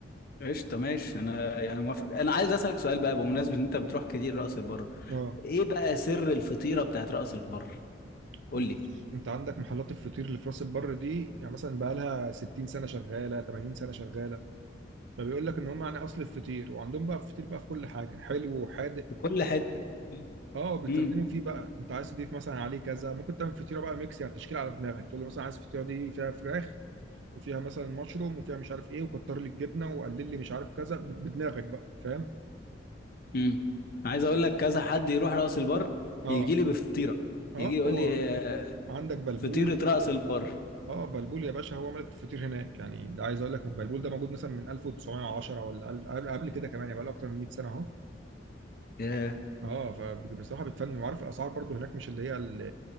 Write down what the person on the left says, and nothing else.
قشطة ماشي انا يعني موافق انا عايز اسالك سؤال بقى بمناسبه ان انت بتروح كتير رأس البر
ايه بقى سر الفطيرة بتاعت رأس البر قول
لي
في كل حتة
امم
امم عايز اقول لك كذا حد يروح رأس البر
يجي لي بفطيرة
يجي يقول
لي آه،
فطيرة رأس البر
ياه.